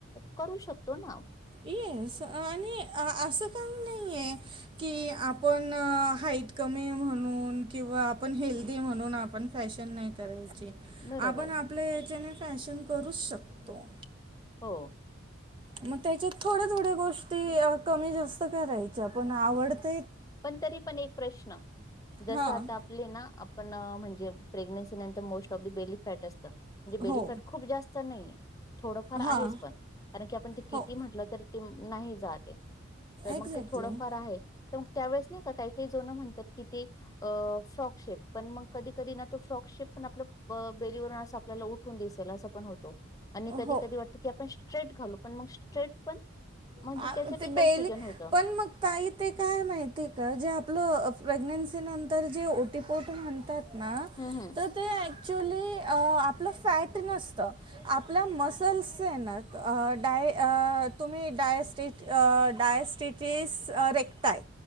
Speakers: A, on the left (about 15°); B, on the right (about 25°).
A: करू शकतो ना
B: येस आणि असं काही नाही आहे की आपण हाईट कमी म्हणून किंवा आपण हेल्दी म्हणून आपण फॅशन नाही करायची
A: बरोबर
B: आपण आपल्या हच्याने फॅशन करूच शकतो
A: हो
B: मग त्याच्यात थोड्या थोड्या गोष्टी कमी जास्त करायच्या पण आवडत
A: पण तरी पण एक प्रश्न जस
B: हां
A: आता ले ना आपण म्हणजे प्रेग्नेन्सी नंतर मोस्ट ऑफ बेली फॅट असत म्हणजे बेलिफॅट
B: हो
A: खूप जास्त नाहीये थोडंफार
B: हां
A: आहेच पण कारण की आपण ते किती
B: हो
A: म्हटलं तरी ते नाही जाते तर मग
B: एक्झॅक्टली
A: ते थोडंफार आहे ग त्यावेळेस नाही काही काही जोनं म्हणतात की ते अ फ्रॉकशेप पण मग कधी कधी ना तो फ्रॉकशेप पण आपल्या बेलीवरून अस आपल्याला उठून दिसेल असं पण होतो. आणि कधी
B: हो
A: कधी वाटतं की आपण स्ट्रेट घालू पण मग स्ट्रेट पण म्हणजे
B: आ,
A: त्याच्यात
B: ते बेली
A: कन्फ्युजन होतं.
B: पण मग ताई ते काय माहिती आहे का जे आपलं प्रेग्नेन्सी नंतर जे ओटी पोट म्हणतात ना
A: हम्म हम्म
B: तर ते ऍक्च्युलीअ आपलं फॅट नसतं. आपल्या मसल्स ए ना अ ना डाय आ तुम्ही डायस्टी डयस्टिटीस रेक्टाय